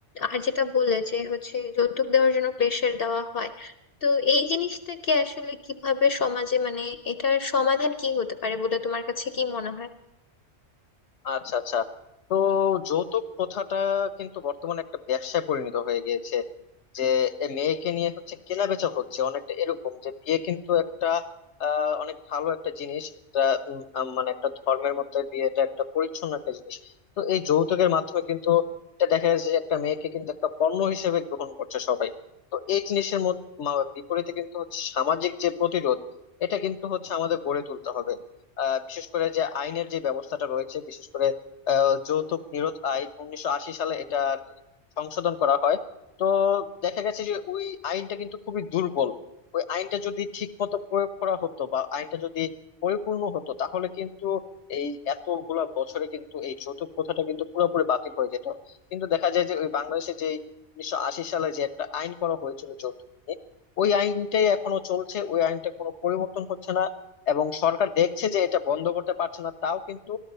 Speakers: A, on the left; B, on the left.
A: আর যেটা বললে যে হচ্ছে যৌতুক দেওয়ার জন্য প্রেশার দেওয়া হয় তো এই জিনিসটাকে আসলে কিভাবে সমাজে মানে এটার সমাধান কি হতে পারে বলে তোমার কাছে কি মনে হয়
B: আচ্ছা আচ্ছা তো যৌতুক প্রথাটা কিন্তু বর্তমানে একটা ব্যবসায় পরিণত হয়ে গিয়েছে যে এ মেয়েকে নিয়ে হচ্ছে কেনা বেচা হচ্ছে অনেকটা এরকম যে বিয়ে কিন্তু একটা আহ অনেক ভালো একটা জিনিস একটা উম, আহ, মানে একটা ধর্মের মধ্যে বিয়েটা একটা পরিচ্ছন্ন একটা জিনিস তো এই যৌতুকের মাধ্যমে কিন্তু এটা দেখা যাচ্ছে যে একটা মেয়েকে কিন্তু একটা পণ্য হিসেবে গ্রহণ করছে সবাই তো এই জিনিসের মধ্যে বিপরীতে কিন্তু হচ্ছে সামাজিক যে প্রতিরোধ এটা কিন্তু হচ্ছে আমাদের গড়ে তুলতে হবে আহ, বিশেষ করে যে আইনের যে ব্যবস্থাটা রয়েছে বিশেষ করে আহ, যৌতুক নিরোধ আইন উনিশশো আশি সালে এটা আর কি সংশোধন করা হয় তো দেখা গেছে যে ওই আইনটা কিন্তু খুবই দুর্বল ওই আইনটা যদি ঠিক মতো প্রয়োগ করা হতো বা আইনটা যদি পরিপূর্ণ হতো তাহলে কিন্তু এই এতগুলা বছরে কিন্তু এই যৌতুক প্রথাটা কিন্তু পুরোপুরি বাতিল হয়ে যেত কিন্তু দেখা যায় যে ওই বাংলাদেশে যে উনিশশো আশি সালে যে একটা আইন করা হয়েছিল যৌতুক নিয়ে ওই আইনটাই এখনো চলছে ওই আইনটা কোনো পরিবর্তন হচ্ছে না এবং সরকার দেখছে যে এটা বন্ধ করতে পারছে না তাও কিন্তু